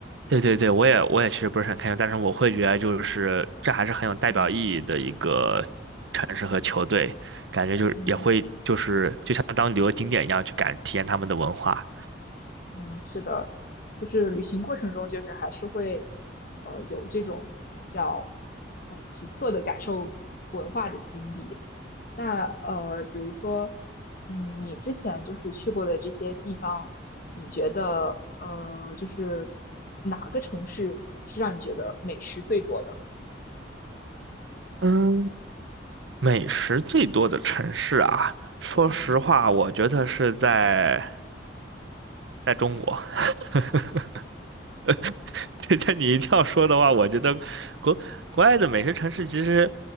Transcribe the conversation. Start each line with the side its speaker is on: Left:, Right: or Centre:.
Right: 对对对，我也我也其实不是很开心，但是我会觉得就是这还是很有代表意义的一个城市和球队，
Left: 嗯
Right: 感觉就是也会就是就像当旅游景点一样去感体验他们的文化。
Left: 嗯嗯，是的，就是旅行过程中，就是还是会呃有这种比较呃奇特的感受文化的经历。那呃，比如说，嗯，你之前就是去过的这些地方，你觉得呃，就是哪个城市是让你觉得美食最多的？
Right: 嗯，美食最多的城市啊，说实话，
Left: 嗯
Right: 我觉得是在在中国。<laughs> <laughs> 对，但你一定要说的话，我觉得国国外的美食城市其实，